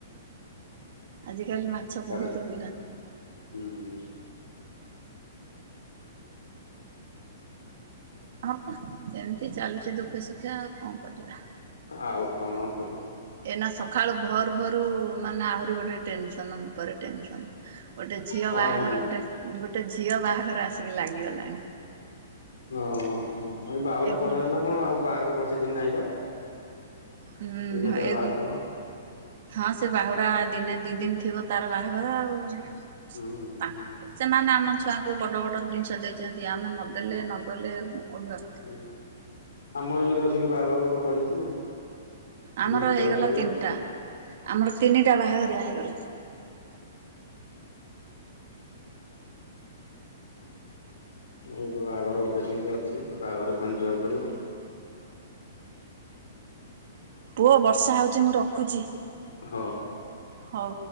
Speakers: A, on the right (about 60°); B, on the left (about 85°).
A: ଆଜିକାଲି ମାଛ
B: ତାର
A: ବହୁତ ବିହନ।
B: ହୁଁ।
A: ଆମର ତ ଯେମିତି ଚାଲିଛି ଦୁଃଖେ ସୁଖେ ଆଉ କଣ କରିବା।
B: ଆଉ କଣ ସବୁ?
A: ଏନା ସକାଳୁ ଭର ଭରୁ ମାନେ ଆହୁରି ଗୋଟେ ଟେନସନ ଉପରେ ଟେନସନ ଗୋଟେ ଝି ଝିଅ
B: କଣ
A: ବାହାଘର
B: ହେଇଛି?
A: ଗୋଟେ ଗୋଟେ ଝିଅ ବାହାଘର ଆସିକି ଲାଗିଗଲାଣି।
B: ଓ ହୋ ଏଇ ବାହୁଡା
A: ଏ
B: ପରେ
A: ଗୁ
B: ନା କଣ ଆଉ ବାହାଘର ସିଜିନ୍ ନାହିଁ ବା ଏଇନା
A: ହୁଁ
B: ଯାହା
A: ଏ
B: ବାହାଘର ହବ।
A: ହଁ ସେ ବାହୁଡା ଦିନେ ଦି ଦିନ ଥିବ ତାର ବାହାଘର ଆଉ। ତାଙ୍କ
B: ହୁଁ ହୁଁ
A: ସେମାନେ ଆମ ଛୁଆଙ୍କୁ ବଡ଼ ବଡ଼ ଜିନିଷ ଦେଇଛନ୍ତି ଆମେ ନଦେଲେ ନଗଲେ ଅଡୁଆ
B: ହୁଁ ଆମର ବି ତ ସିନ୍ତି ବାହାଘର ଗୋଟେ ପଡିଛି। ସେମିତି
A: ଆମର
B: ଯିବାକୁ
A: ହେଇଗଲା
B: ପଡିବ।
A: ତିନିଟା ଆମର ତିନିଟା ବାହାଘରିଆ ହେଇଗଲା।
B: ଏଇ ବାହାଘର ଗୋଟେ ସେମିତି ଅଛି ବାହାଘର ପୁଣି ଯିବାକୁ ପଡିବ।
A: ପୁଅ ବର୍ଷା ହଉଛି ମୁଁ ରଖୁଛି।
B: ହଉ।
A: ହଉ।